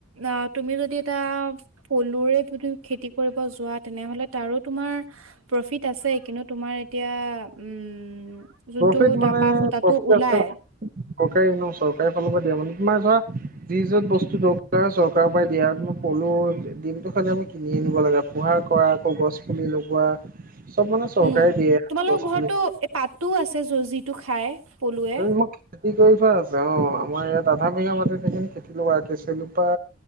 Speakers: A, on the right (about 80°); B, on the right (about 40°).
A: আ তুমি যদি এটা পলুৰে খেতি কৰিব যোৱা তেনেহ'লে তাৰো তোমাৰ প্ৰফিট আছে। কিন্তু তোমাৰ এতিয়া উম, যোনটো
B: প্ৰফিট মানে
A: তাপা সুতাটো
B: প্ৰফিট
A: ওলাই
B: আছে চৰকাৰী ন চৰকাৰী ফালৰ পৰা দিয়া মানে তোমাৰ ধৰা যি যত বস্তু দৰকাৰ হয়, চৰকাৰৰ পাই দিয়ে আৰু তোমাৰ পলু পলুৰ দিমটো খালি আমি কিনি আনিব লাগে। পোহাৰ কৰা আকৌ গছ পুলি লগোৱা চব মানে চৰকাৰে
A: উম,
B: দিয়ে
A: তোমালোকৰ
B: গছ পুলি
A: ঘৰটো এ পাতটো আছে য যিটো খাই। পলুৱে
B: তুমি মোক খেতি কৰি থোৱা আছে। অ, আমাৰ ইয়াত আধা বিঘা মাটি সেখিনি খেতি লোৱা কেচেলোপা